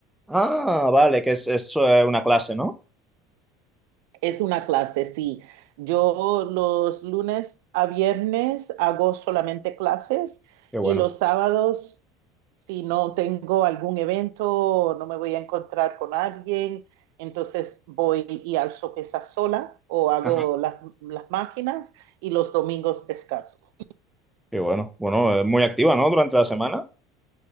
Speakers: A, in the centre; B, on the right.
A: Ah, vale, que es, es, eh, una clase, ¿no?
B: Es una clase, sí. Yo los lunes a viernes hago solamente clases
A: Qué bueno,
B: y los sábados, si no tengo algún evento o no me voy a encontrar con alguien, entonces voy y alzo pesas sola o hago
A: Ajá.
B: las, las máquinas y los domingos descanso.
A: qué bueno. Bueno, eh, muy activa, ¿no? Durante la semana.